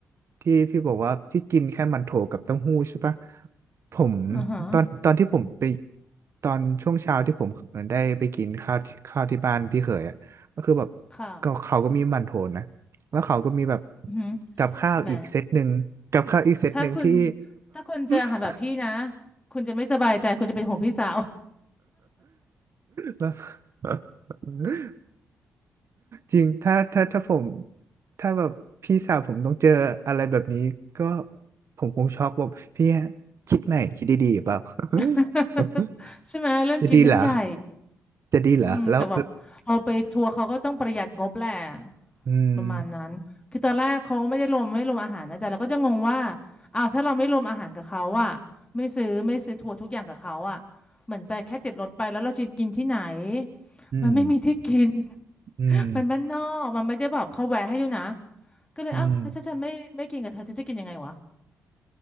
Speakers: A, on the right; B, on the left.
A: ที่พี่บอกว่าที่กินแค่มันโถกับเต้าหู้ใช่ปะผม
B: อือฮะ
A: ตอนตอนที่ผมไปตอนช่วงเช้าที่ผมเหมือนได้ไปกินข้าวที่ข้าวที่บ้านพี่เขยอ่ะก็คือแบบ
B: ค่ะ
A: ก็เขาก็มีมันโถนะแล้วเขาก็มีแบบ
B: อือฮึ
A: กับข้าวอีกเซตหนึ่งกับข้าวอีกเซตหนึ่งที่
B: แหมถ้าคุณถ้าคุณเจออาหารแบบพี่นะ
A: <laughs>
B: คุณจะไม่สบายใจคุณจะเป็นห่วงพี่สาว
A: แล้ <laughs> จริงถ้าถ้า ถ้าผม ถ้าแบบ พี่สาวผมต้องเจออะไรแบบนี้ ก็ผมคงช็อกแบบพี่คิดใหม่คิดดีๆเปล่า
B: <laughs>
A: <laughs>
B: ใช่ไหมเรื่องกินเรื่องใหญ่
A: จะดีเหรอ จะดีเหรอ
B: อืมแต่แบบเอาไปทัวร์เขาก็ต้องประหยัดงบแหละ
A: แล้วอืม
B: ประมาณนั้นคือตอนแรกเขาไม่ได้รวมไม่รวมอาหารนะแต่เราก็จะงงว่าอ้าวถ้าเราไม่รวมอาหารกับเขาอะไม่ซื้อไม่ซื้อทัวร์ทุกอย่างกับเขาอะเหมือนไปแค่ติดรถไปแล้วเราจะกินที่ไหน
A: อืม
B: มันไม่มีที่กิน <laughs>
A: อืม
B: มันบ้านนอกมันไม่ได้แบบเขาแวะให้ด้วยนะก็เลยเอ้าวถ้าฉันไม่ไม่กินกับเธอเธอจะกินยังไงวะ
A: อืม